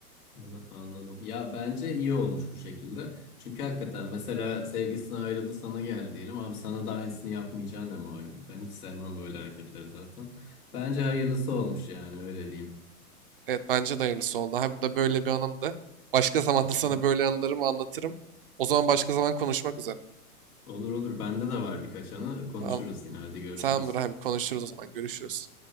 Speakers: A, on the left; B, on the right.
A: Anla- Anladım. Ya bence iyi olmuş bu şekilde. Çünkü hakikaten mesela sevgisine ayrıldı sana gel diyelim. Abi sana da aynısını yapmayacağı ne malum. Ben hiç sevmem böyle hareketleri zaten. Bence hayırlısı olmuş yani öyle diyeyim.
B: Evet bence de hayırlısı oldu. Hem da böyle bir anımdı. Başka zaman da sana
A: Hı. hı.
B: böyle anılarımı anlatırım. O zaman başka zaman konuşmak üzere.
A: Olur olur bende de var birkaç anı konuşuruz
B: Tamam.
A: yine hadi görüşürüz.
B: Tamamdır abi konuşuruz o zaman. Görüşürüz.